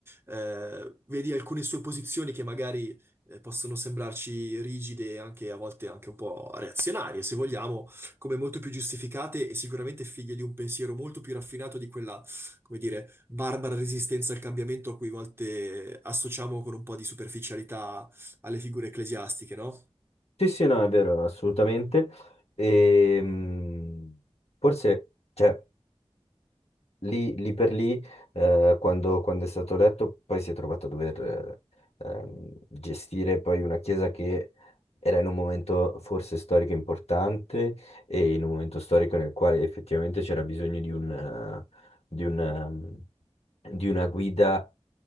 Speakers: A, on the right (about 20°); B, on the left (about 70°).
A: eh, vedi alcune sue posizioni che magari eh, possono sembrarci rigide e anche a volte anche un po' reazionarie, se vogliamo, come molto più giustificate e sicuramente figlie di un pensiero molto più raffinato di quella, come dire, barbara resistenza al cambiamento a cui a volte associamo con un po' di superficialità alle figure ecclesiastiche, no?
B: Sì, sì, no, è vero, assolutamente. Ehm, forse, cioè, lì, lì per lì, eh, quando, quando è stato eletto, poi si è trovato a dover eh, ehm, gestire poi una chiesa che era in un momento forse storico importante e in un momento storico nel quale effettivamente c'era bisogno di un, eh, di un, ehm, di una guida